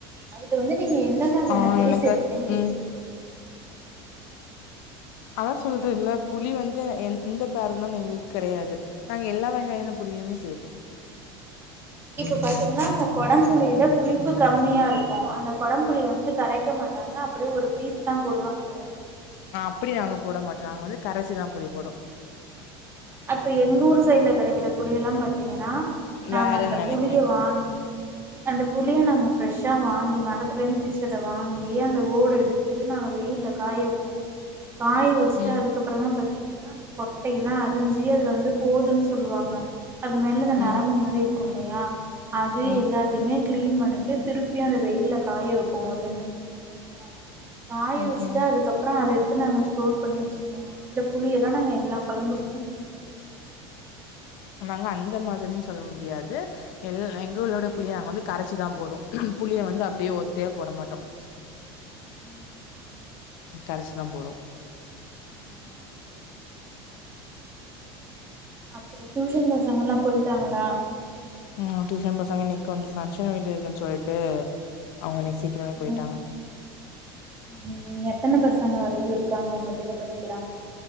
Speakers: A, on the right; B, on the left.
A: அதுல வந்து நீங்க எந்த மாரியான
B: ஆ
A: புளி
B: எனக்கு
A: சேப்பீங்கன் கேக்குற
B: ம் அதா சொல்றேன் இல்ல புளி வந்து எந்ததருந்தான எங்களுக்கு கிடையாது நாங்க எல்லா வக யான புளியுமே சேப்போ
A: இப்ப பாத்தீங்கன்னா அந்த கொடம்புளில புளிப்பு கம்மியாருக்கு அந்த கொடம் புளி வந்து கரைக்க மாட்டாங்க அப்டியே ஒரு பீஸ் தா போடுவாங்க இல்லயா
B: ஆ அப்டி நாங்க போட மாட்டோ நாங்க வந்து கரைச்சிதா புளி போடு
A: அப்ப எங்க ஊர் சைட்ல கெடைக்கிற புளில்லா பாத்தீங்கனா நாங்க
B: வேறன்னு
A: அந்த
B: நெனைக்கிறே
A: புளிய வாங்கி அந்த புளிய நாங்க ஃப்ரெஷ்ஷா வாங்கி மரத்துலேருந்து பிச்சத வாங்கி அந்த ஓடு எடுத் து நாங்க வெயில்ல காய வப்போ காய வச்சுட்டு
B: ம்
A: அதுக்கப்பறமா பத்தீங்கனா அந்த கொட்டையெல்லா அரிஞ்சி அதுல வந்து கோதுன் சொல்லுவாங்க அது மேலத
B: ம்
A: நரம்பு மாரி இருக்குல்லயா அது
B: ம்
A: எல்லா எத்துமே கிளீன் பண்ணிட்டு திருப்பி அந்த வெயில்ல காய வப்போ ஒரு ரெண்டு மூணு நாள் வரைக்கு காய
B: ம்
A: வச்சுட்டு
B: ம்
A: அதுக்கப்பற அதை எடுத்து நாங்க ஸ்டோர் பண்ணி வச்சுப்போ அந்த புளியதா நாங்க எல்லா கொழம்புக்குமே யூஸ் பண்ணுவோ
B: நாங்க அந்த மாதிரின் சொல்ல முடியாது எ எங்கலொட
A: ம்
B: புளிய நாங்க வந்து கரைச்சிதா போடுவோ புளிய வந்து அப்டியே ஒத்தையா போட மாட்டோ
A: ம் ம்
B: கரைச்சி தா போடுவோ
A: ம் செரி செரி அப்ற டியூஷன் பசங்கல்லா போய்ட்டாங்களா
B: ம் டியூஷன் பசங்க இன்னைக்கு கொஞ்சோ ஃபங்ஷன் வீடு இருக்குன் சொல்ட்டு அவங்க இன்னைக்கு சீக்ரமே
A: ம்
B: போய்ட்டாங்க
A: ம் எத்தன பசங்க வரைக்கு இருக்காங்க உங்க கிட்ட படிக்கிறாங்க